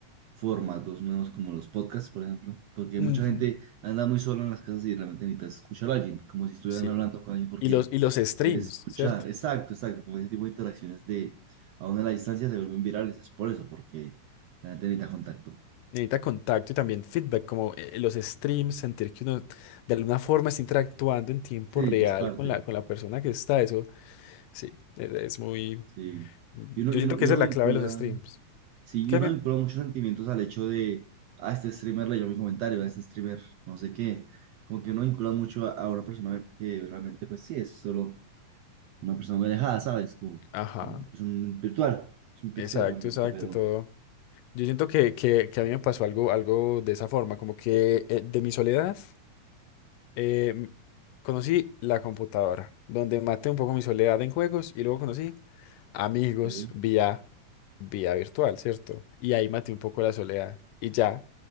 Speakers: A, on the right; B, on the left.
A: formatos nuevos como los podcasts, por ejemplo, porque
B: Ujú.
A: mucha gente anda muy sola en las casas y realmente necesita escuchar a alguien, como si estuvieran
B: Sí.
A: hablando con alguien, porque
B: Y los, y los streams,
A: el escuchar,
B: ¿cierto?
A: exacto, exacto, como ese tipo de interacciones de aún a la distancia se vuelven virales, es por eso, porque la gente necesita contacto.
B: Necesita contacto y también feedback, como eh, los streams, sentir que uno de alguna forma está interactuando en tiempo
A: Sí,
B: real
A: que es parte,
B: con la, con la persona que está. Eso sí, es, es muy.
A: sí.
B: Yo
A: Y uno, y
B: siento
A: uno,
B: que
A: y
B: esa
A: uno
B: es
A: vincula,
B: la clave de los streams.
A: sí, y
B: ¿Qué
A: uno
B: me-
A: vincula muchos sentimientos al hecho de, a este streamer leyó mi comentario, a este streamer no sé qué. Como que uno vincula mucho a, a una persona que realmente, pues sí, es solo una persona muy alejada, ¿sabes? Como,
B: Ajá,
A: es, una- es un virtual, es un pixel
B: exacto,
A: realmente,
B: exacto,
A: pero
B: todo. Yo siento que, que, que a mí me pasó algo, algo de esa forma, como que eh, de mi soledad eh, m- conocí la computadora, donde maté un poco mi soledad en juegos y luego conocí amigos
A: que
B: vía, vía virtual, ¿cierto? Y ahí maté un poco la soledad y ya